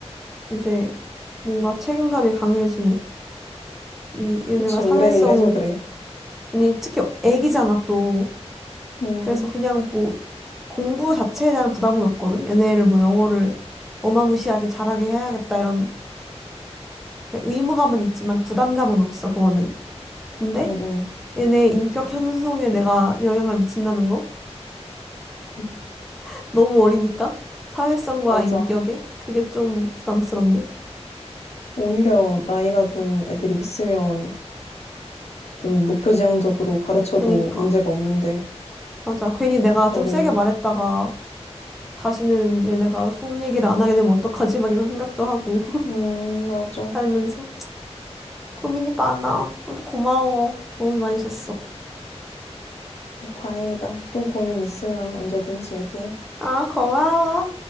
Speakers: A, in the centre; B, on the left.
A: 이제 뭔가 책임감이 강해지네. 이, 얘네가
B: 그치.
A: 사회성,
B: 올해 이래서 그래.
A: 아니, 특히 애기잖아, 또.
B: 음,
A: 그래서 그냥 뭐 공부 자체에 대한 부담은 없거든. 얘네를 뭐 영어를 어마무시하게 잘하게 해야겠다, 이런 이렇게 의무감은 있지만 부담감은 없어, 그거는. 근데
B: 음, 음.
A: 얘네 인격 형성에 내가 영향을 미친다는 거?
B: <laughs>
A: <laughs> 너무 어리니까? 사회성과
B: 맞아.
A: 인격에? 그게 좀 부담스럽네.
B: 오히려 나이가 좀 애들이 있으면 좀 목표지향적으로 가르쳐도
A: 그니까.
B: 문제가 없는데
A: 맞아. 괜히 내가 좀
B: 어린.
A: 세게 말했다가 다시는 얘네가 속 얘기를 안 하게 되면 어떡하지? 막 이런 생각도 하고 <laughs>
B: 음, 맞아.
A: 살면서 고민이 많아. 그래도 고마워. 도움이 많이 됐어.
B: 네, 다행이다. 또 고민 있으면 언제든지 얘기해.
A: 아, 고마워.